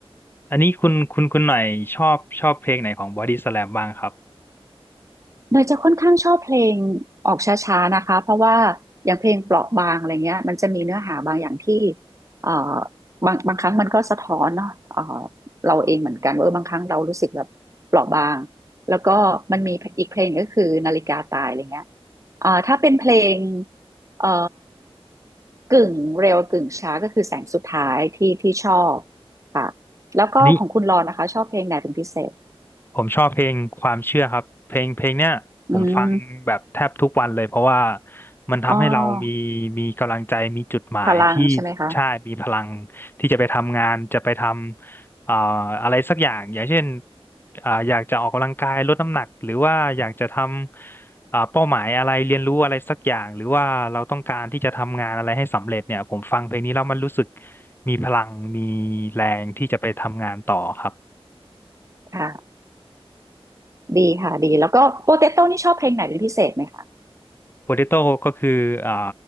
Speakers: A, on the left; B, on the right.
A: อันนี้คุณคุณคุณหน่อยชอบชอบเพลงไหนของบอดี้สแลมบ้างครับ
B: เนยจะค่อนข้างชอบเพลงออกช้าๆนะคะเพราะว่าอย่างเพลงเปราะบางอะไรเงี้ยมันจะมีเนื้อหาบางอย่างที่เอ่อบางบางครั้งมันก็สะท้อนเนาะเอ่อเราเองเหมือนกันว่าเออบางครั้งเรารู้สึกแบบเปราะบางแล้วก็มันมีอีกเพลงก็คือนาฬิกาตายอะไรเงี้ยเอ่อถ้าเป็นเพลงเอ่อกึ่งเร็วกึ่งช้าก็คือแสงสุดท้ายที่ที่ชอบค่ะแล้วก็ของคุณรอนนะคะชอบเพลงไหนเป็นพิเศษ
A: อันนี้ ผมชอบเพลงความเชื่อครับเพลงเพลงเนี้ยผมฟังแบบแทบทุกวันเลยเพราะว่า
B: อืม
A: มันทำให้เรามี
B: อ๋อ
A: มีกำลังใจมีจุดหมายที่ใช่มีพลัง
B: พลังใช่ไหมคะ
A: ที่จะไปทำงานจะไปทำเอ่ออะไรสักอย่างอย่างเช่นอ่าอยากจะออกกำลังกายลดน้ำหนักหรือว่าอยากจะทำอ่าเป้าหมายอะไรเรียนรู้อะไรสักอย่างหรือว่าเราต้องการที่จะทำงานอะไรให้สำเร็จเนี่ยผมฟังเพลงนี้แล้วมันรู้สึกมีพลังมีแรงที่จะไปทำงานต่อครับ
B: ค่ะดีค่ะดีแล้วก็โปเตโต้นี่ชอบเพลงไหนเป็นพิเศษไหมคะ
A: โปเตโต้ก็คืออ่า